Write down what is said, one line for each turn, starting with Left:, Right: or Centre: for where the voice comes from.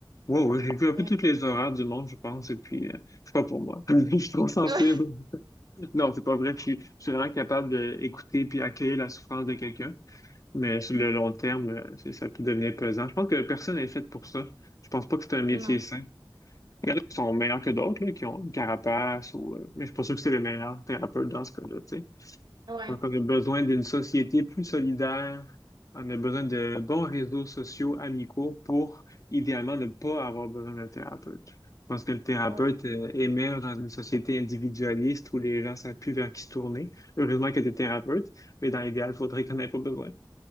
Left: Wow, ouais, j'ai vu un peu
Right: Ben,
Left: toutes les horreurs du monde, je pense, et puis euh, c'est pas pour moi. <laughs> Je suis trop sensible.
Right: <laughs> ouais.
Left: Non, c'est pas vrai. Je suis, je suis vraiment capable d'écouter puis accueillir la souffrance de quelqu'un, mais sur le long terme, euh, c'est- ça peut devenir pesant. Je pense que personne n'est fait pour ça. Je pense pas que c'est un métier
Right: Non.
Left: sain. Il y en a qui sont meilleurs que d'autres, là, qui ont une carapace, ou, euh, mais je suis pas sûr que c'est le meilleur thérapeute dans ce cas-là, tu sais.
Right: Ouais.
Left: Donc, on a besoin d'une société plus solidaire. On a besoin de bons réseaux sociaux amicaux pour, idéalement, ne pas avoir besoin d'un thérapeute. Je pense que le thérapeute,
Right: Ouais.
Left: euh, émerge dans une société individualiste où les gens savent plus vers qui se tourner. Heureusement qu'il y a des thérapeutes, mais dans l'idéal, il faudrait qu'on n'ait pas besoin.